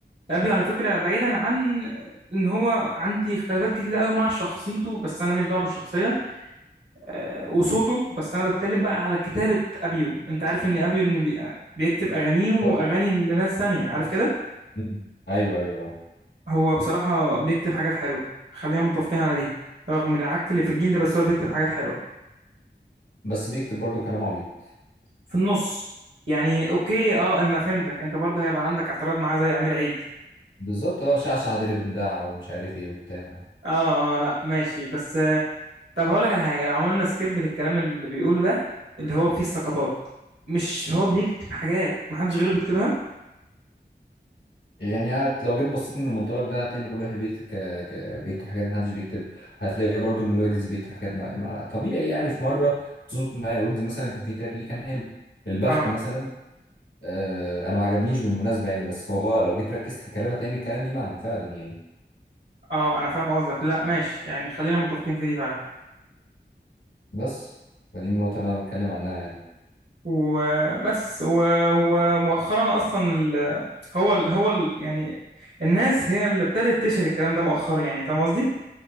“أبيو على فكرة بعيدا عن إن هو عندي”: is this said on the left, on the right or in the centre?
Right